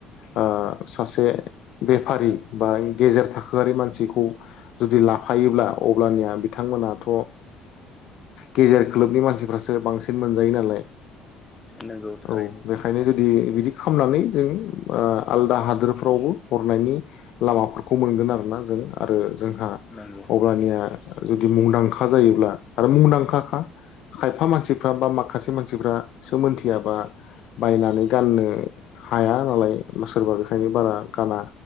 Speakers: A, on the left; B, on the left.
A: ओ सासे बेफारि बा गेजेर थाखोआरारि मानसिखौ जुदि लाफायोब्ला अब्लानिया बिथांमोनाथ गेजेर खोलोबनि मानसिफ्रासो बांसिन मोनजायो नालाय
B: नंगौ थारैनो
A: औ बेखायनो जुदि बिदि खामनानै जों आलदा हादोरफ्रावबो हरनायनि लामाफोरखौ मोनगोन आरो ना जों आरो जोंहा
B: नंगौ
A: अब्लानिया जुदि मुंदांखा जायोब्ला आरो मुंदांखाखा खायफा मानसिफ्रा बा माखासे मानसिफासो मोनथियाबा बायनानै गाननो हाया नालाय सोरबा बेखायनो बारा गाना